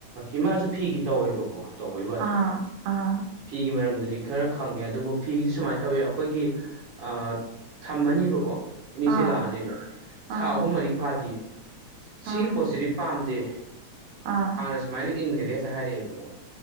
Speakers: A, on the right; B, on the right.
A: ꯏꯃꯥꯁꯨ ꯐꯤꯒꯤ ꯇꯧꯋꯦꯕꯀꯣ ꯇꯧꯕꯒꯤ ꯋꯥꯗꯤ
B: ꯑꯥ ꯑꯥ
A: ꯐꯤꯒꯤ ꯃꯔꯝꯗꯗꯤ ꯈꯔ ꯈꯪꯉꯦ ꯑꯗꯨꯕꯨ ꯐꯤꯒꯤꯗꯤ ꯁꯨꯃꯥꯏꯅ ꯇꯧꯋꯤ ꯑꯩꯈꯣꯏꯒꯤ ꯑ ꯊꯝꯃꯅꯤꯕꯀꯣ ꯃꯤꯁꯦ
B: ꯑꯥ
A: ꯂꯥꯛꯑꯅꯦꯕ ꯊꯥ
B: ꯑꯥ
A: ꯑꯍꯨꯝ ꯃꯔꯤ ꯐꯥꯗꯤꯌꯦ ꯁꯤꯒꯤ
B: ꯑꯥ
A: ꯄꯣꯠꯁꯤꯗꯤ ꯄꯥꯝꯗꯦ
B: ꯑꯥ
A: ꯍꯥꯟꯅ ꯁꯨꯃꯥꯏꯅ ꯏꯟꯈꯔꯦ ꯍꯦꯛꯇ ꯍꯥꯏꯔꯛꯑꯦꯕꯀꯣ